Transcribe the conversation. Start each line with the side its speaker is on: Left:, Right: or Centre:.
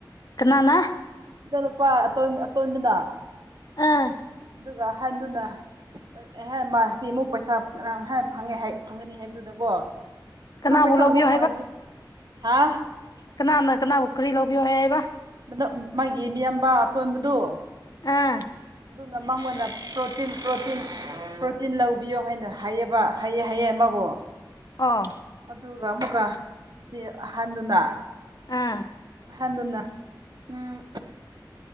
Left: ꯀꯅꯥꯅ
Right: ꯏ ꯂꯨꯄꯥꯇ ꯑꯇꯣꯟꯕꯤꯅ
Left: ꯑꯥ
Right: ꯑꯗꯨꯒ ꯍꯟꯗꯨꯅ ꯑꯦꯍꯦꯟ ꯃꯥ ꯁꯤ ꯑꯃꯨꯛ ꯄꯩꯁꯥ ꯐꯪꯉꯦ ꯐꯪꯒꯅꯤ ꯍꯥꯏꯕꯗꯨꯅꯀꯣ
Left: ꯀꯅꯥꯕꯨ
Right: ꯄꯩꯁꯥ
Left: ꯂꯧꯕꯤꯌꯣ
Right: ꯑꯃꯨꯛ ꯐꯗ ꯍꯥꯥ
Left: ꯀꯅꯥ ꯅ ꯀꯅꯥ ꯑꯣꯈꯔꯤ ꯂꯣꯧꯕ ꯍꯥꯏꯌꯦꯕ
Right: ꯗ ꯃꯥꯒꯤ ꯃꯤꯌꯥꯝꯕ ꯇꯣꯟꯕꯗꯨ
Left: ꯑꯥ
Right: ꯑꯗꯨꯅ ꯃꯉꯣꯟꯗ ꯄ꯭ꯔꯣꯇꯤꯟ ꯄ꯭ꯔꯣꯇꯤꯟ ꯄ꯭ꯔꯣꯇꯤꯟ ꯂꯧꯕꯤꯌꯣ ꯍꯥꯏꯅ ꯍꯥꯏꯌꯦꯕ ꯍꯥꯏꯌꯦ ꯍꯥꯏꯌꯦ ꯑꯃꯕꯨ
Left: ꯑꯥ
Right: ꯑꯗꯨꯒ ꯑꯃꯨꯛꯀ ꯆꯦ ꯑꯍꯟꯗꯨꯅ
Left: ꯑꯥ
Right: ꯑꯍꯟꯗꯨꯅ ꯎꯝ